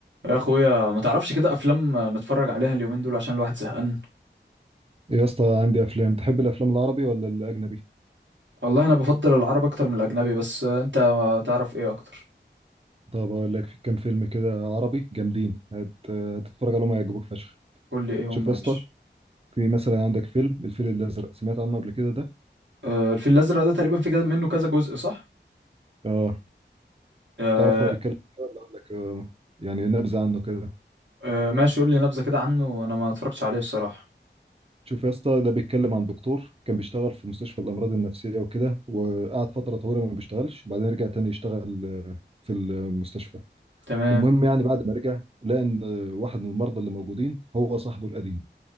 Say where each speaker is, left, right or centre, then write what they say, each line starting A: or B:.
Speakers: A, on the right; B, on the right.
A: يا اخويا ما تعرفش كده افلام نتفرج عليها اليومين دول عشان الواحد زهقان
B: يا اسطى عندي افلام تحب الافلام العربي ولا الاجنبي
A: والله انا بفضل العرب اكتر من الاجنبي بس انت تعرف ايه اكتر
B: طب اقول لك في كام فيلم كده عربي جامدين هت... هتتفرج عليهم هيعجبوك فشخ
A: قول لي ايه
B: شوف
A: هم
B: يا
A: يا
B: اسطى
A: باشا
B: في مثلا عندك فيلم الفيل الازرق سمعت عنه قبل كده ده
A: آه، الفيل الازرق ده تقريبا في كده منه كذا جزء صح
B: اه
A: آه،
B: تعرف هو بيتكلم إيه ولا اقول لك آه، يعني نبذه عنه كده
A: آه، ماشي قول لي نبذة كده عنه انا ما اتفرجتش عليه الصراحة
B: شوف يا اسطى ده بيتكلم عن دكتور كان بيشتغل في مستشفى الامراض النفسيه وكده وقعد فتره طويله ما بيشتغلش وبعدين رجع تاني يشتغل آه، في المستشفى
A: تمام
B: المهم يعني بعد ما رجع لقى ان آه، واحد من المرضى اللي موجودين هو صاحبه القديم